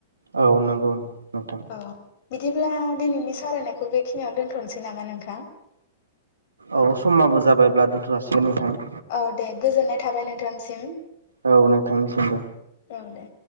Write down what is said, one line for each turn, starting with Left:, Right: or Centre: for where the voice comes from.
Right: औ नंगौ। नोंथां
Left: औ बिदिब्ला दिनैनि सावरायनायखौ बेखिनियाव दोनथ'नोसै नामा <unintelligible>
Right: औ समाबो जाबाय। <unintelligible> दोनथ'नो जासिगोन नोंथां।
Left: औ दे गोजोननाय थाबाय नोंथांसिम।
Right: औ नोंथांनिसिमबो।
Left: औ दे।